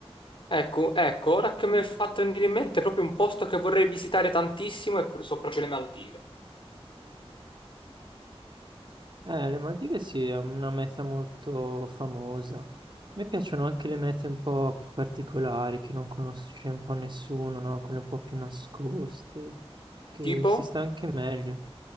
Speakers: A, on the left; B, on the right.
A: Ecco, ecco, ora che mi è fatto venire in mente è proprio un posto che vorrei visitare tantissimo e so proprio le Maldive.
B: Eh, le Maldive sì, è una meta molto famosa. A me piacciono anche le mete un po' più particolari, che non conosce un po' nessuno, no? Quelle un po' più nascoste, che
A: Tipo?
B: si sta anche meglio.